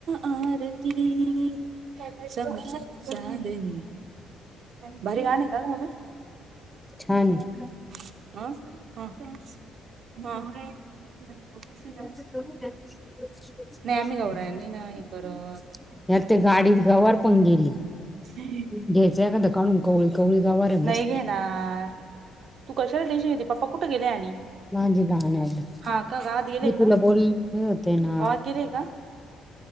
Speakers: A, on the right (about 65°); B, in the centre.
A: आरती चम चम चांदणी भारी गाणं का गं मम्मे.
B: छान ये!
A: हा ह हा.
B: <unintelligible>
A: आम्ही गौराई नाही ना हे करत
B: यार ते गाडी गवार पण गेली.
A: <unintelligible>
B: घ्यायचं एखादां काढून कवळी कवळी गवारे
A: नाही
B: मस्त.
A: घेणार तू कशाला टेन्शन घेते पप्पा कुठे गेले? आणि.
B: माझी <unintelligible> म्हणं
A: हा का गावात गेलेय
B: मी तुला
A: का
B: बोलले होते ना.
A: गावात गेलेय का